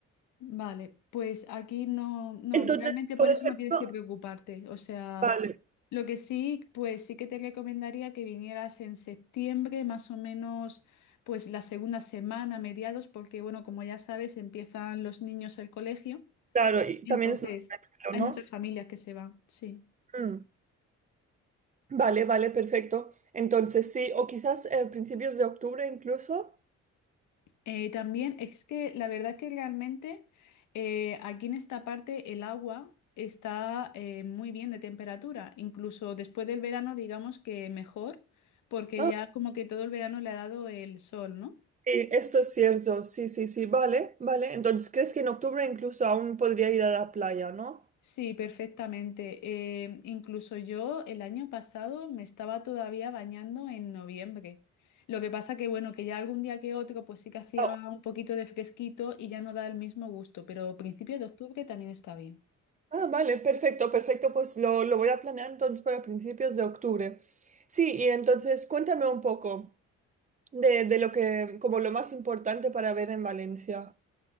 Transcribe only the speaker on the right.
Entonces,
por ejemplo,
vale.
Claro, y
también es más tranquilo,
¿no?
Mm. Vale, vale, perfecto. Entonces sí, o quizás eh, principios de octubre incluso.
Ah,
sí, esto es cierto, sí, sí, sí, vale, vale. Entonces, ¿crees que en octubre incluso aún podría ir a la playa, ¿no?
Oh.
Ah, vale, perfecto, perfecto. Pues lo, lo voy a planear entonces para principios de octubre. Sí, y entonces cuéntame un poco de, de lo que, como lo más importante para ver en Valencia.